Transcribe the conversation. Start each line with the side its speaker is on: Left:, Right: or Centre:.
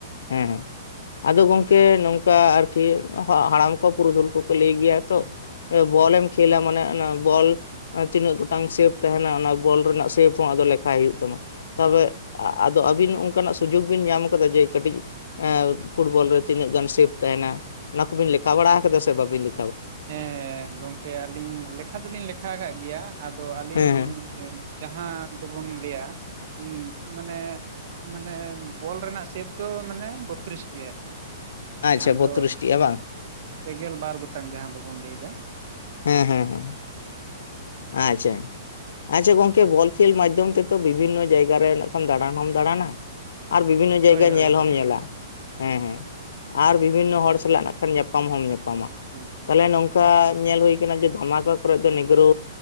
Left: ᱦᱮᱸ ᱦᱮᱸ, ᱟᱫᱚ ᱜᱚᱢᱠᱮ ᱱᱚᱝᱠᱟ ᱟᱨᱠᱤ ᱦᱟᱲᱟᱢ ᱠᱚ ᱯᱩᱨᱩᱫᱷᱩᱞ ᱠᱚ ᱠᱚ ᱞᱟᱹᱭ ᱜᱮᱭᱟ ᱛᱚ, ᱵᱚᱞᱮᱢ ᱠᱷᱮᱞᱟ ᱢᱟᱱᱮ ᱚᱱᱟ ᱵᱚᱞ ᱛᱤᱱᱟᱹᱜ ᱜᱚᱴᱟᱝ ᱥᱮᱯ ᱛᱟᱦᱮᱱᱟ ᱚᱱᱟ ᱵᱚᱞ ᱨᱮᱱᱟᱜ ᱥᱮᱯ ᱛᱚᱸ ᱟᱫᱚ ᱞᱮᱠᱷᱟᱭ ᱦᱳᱭᱳᱜ ᱛᱟᱢᱟ ᱛᱚᱵᱮ ᱟᱫᱚ ᱟᱹᱵᱤᱱ ᱚᱱᱠᱟᱱᱟᱜ ᱥᱩᱡᱳᱜ ᱵᱤᱱ ᱧᱟᱢ ᱠᱟᱫᱟ ᱡᱮ ᱠᱟᱹᱴᱤᱡ ᱯᱷᱩᱴᱵᱚᱞ ᱨᱮ ᱛᱤᱱᱟᱹᱜ ᱜᱟᱱ ᱥᱮᱯ ᱛᱟᱦᱮᱱᱟ ᱚᱱᱟ ᱠᱚᱵᱤᱱ ᱞᱮᱠᱷᱟ ᱵᱟᱲᱟ ᱟᱠᱟᱫᱟ ᱥᱮ ᱵᱟᱹᱵᱤᱱ ᱞᱮ
Right: ᱦᱮᱸ, ᱜᱚᱢᱠᱮ ᱟᱹᱞᱤᱧ ᱞᱮᱠᱷᱟ ᱫᱚᱞᱤᱧ ᱞᱮᱠᱷᱟ ᱟᱠᱟᱫ ᱜᱮᱭᱟ, ᱟᱫᱚ ᱟᱹᱞᱤᱧ
Left: ᱦᱮᱸ ᱦᱮᱸ
Right: ᱡᱟᱦᱟᱸ ᱫᱚᱵᱚᱱ ᱞᱟᱹᱭᱟ, ᱢᱟᱱᱮ ᱢᱟᱱᱮ ᱵᱚᱞ ᱨᱮᱱᱟᱜ ᱥᱮᱯ ᱫᱚ ᱢᱟᱱᱮ ᱵᱚᱛᱛᱨᱤᱥᱴᱤ ᱟᱨᱠᱤ,
Left: ᱟᱪᱪᱷᱟ
Right: ᱡᱟᱦᱟᱸ
Left: ᱵᱚᱛᱨᱤᱥᱴᱤᱜᱼᱟ
Right: ᱫᱚ
Left: ᱵᱟᱝ
Right: ᱯᱮᱜᱮᱞ ᱵᱟᱨ ᱜᱚᱴᱟᱝ ᱡᱟᱦᱟᱸ ᱫᱚᱵᱚᱱ ᱞᱟᱹᱭᱫᱟ,
Left: ᱦᱩᱸ ᱦᱩᱸ ᱦᱩᱸ, ᱟᱪᱪᱷᱟᱭ, ᱟᱪᱪᱷᱟ ᱜᱚᱝᱠᱮ ᱵᱚᱞ ᱠᱷᱮᱞ ᱢᱟᱫᱽᱫᱷᱚᱢ ᱛᱮᱛᱚ ᱵᱤᱵᱷᱤᱱᱱᱚ ᱡᱟᱭᱜᱟᱨᱮ ᱫᱟᱬᱟ ᱦᱚᱢ ᱫᱟᱬᱟᱱᱟ᱾ ᱟᱨ ᱵᱤᱵᱷᱤᱱᱚ ᱡᱟᱭᱜᱟ
Right: ᱦᱳᱭ ᱦᱳᱭ
Left: ᱧᱮᱞ
Right: ᱦᱳᱭ
Left: ᱦᱚᱢ ᱧᱮᱞᱟ ᱦᱮᱸ ᱦᱮᱸ᱾ ᱟᱨ ᱵᱤᱵᱷᱤᱱᱱᱚ ᱦᱚᱲ ᱥᱟᱞᱟᱜ ᱱᱟᱜ ᱠᱷᱟᱱ ᱧᱟᱯᱟᱢ ᱦᱚᱢ ᱧᱟᱯᱟᱢᱟ᱾
Right: ᱦᱮᱸ
Left: ᱛᱟᱦᱚᱞᱮ ᱱᱚᱝᱠᱟ ᱧᱮᱞ ᱦᱩᱭ ᱟᱠᱟᱱᱟ ᱡᱮ ᱫᱷᱟᱢᱟᱠᱟ ᱠᱚᱨᱮ ᱫᱚ ᱱᱤᱜᱽᱨᱳ